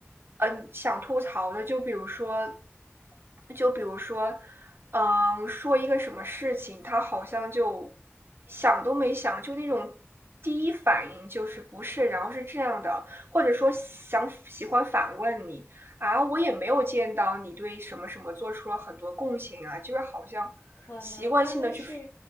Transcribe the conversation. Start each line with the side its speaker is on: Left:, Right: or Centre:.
Right: 嗯，呃想吐槽的，就比如说，就比如说，嗯，呃说一个什么事情，他好像就想都没想，就那种第一反应就是不是，然后是这样的。或者说想喜欢反问你啊，我也没有见到你对什么什么做出了很多贡献啊，就是好像习惯性的去，
Left: 可能他们是